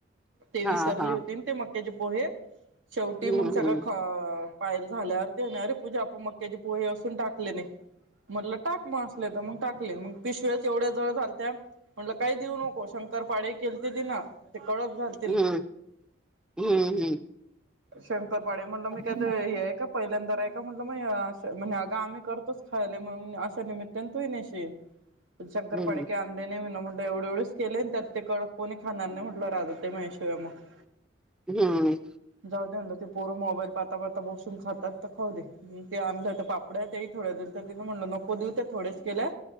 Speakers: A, on the right (about 80°); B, in the centre.
A: ते
B: हा
A: विसरली
B: हा
A: होती नं ते मक्याचे पोहे शेवटी
B: हम्म
A: मंग सगळं
B: हम्म
A: ख पायल झाल्यावर ती म्हणे अरे पूजा आपण मक्क्याचे पोहे असून टाकले नाय म्हटलं टाक म त मंग टाकले मंग पिशव्याच एवढ्या जळ झालत्या म्हणलं काही देऊ नको शंकर पाळे केलते तीन ते कळक झाले
B: हम्म हम्म हम्म
A: शंकरपाळे म्हणल मी
B: हम्म
A: काय त हे हाय का पहिल्यांदा राय त म्हटलं मय असं म्हणे अग आम्ही करतोच खायला मंग अशा निमित्ताने तूही नेशील. तुनं शंकरपाळी
B: हम्म
A: क्यान नाय नाय म्ह म्हटलं एवढे एवढेच केले अनं त्यात ते कडकं कोणी खाणार म्हटलं राहूदे ते मायाशिवाय मग
B: हम्म.
A: जाऊ दे म्हणलं ते पोरं मोबाईल पाता पाता बसून खातात तर खाऊ दे ते आणलं त पाप पड्या त्याही थोड्या दिलत्या तिनं म्हटलं नको देऊ ते थोड्याच केल्या